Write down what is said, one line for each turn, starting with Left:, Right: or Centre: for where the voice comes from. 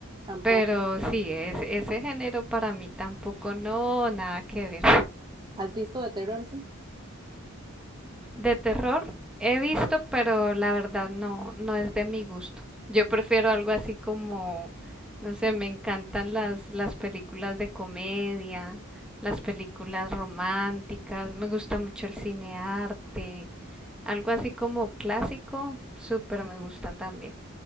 Right: Tampoco.
Centre: Pero sí, es, ese género para mí tampoco, no, nada que ver.
Right: ¿Has visto de terror, sí?
Centre: De terror he visto, pero la verdad no, no es de mi gusto. Yo prefiero algo así como, no sé, me encantan las, las películas de comedia, las películas románticas, me gusta mucho el cine arte, algo así como clásico, súper
Right: Ajá.
Centre: me gusta también.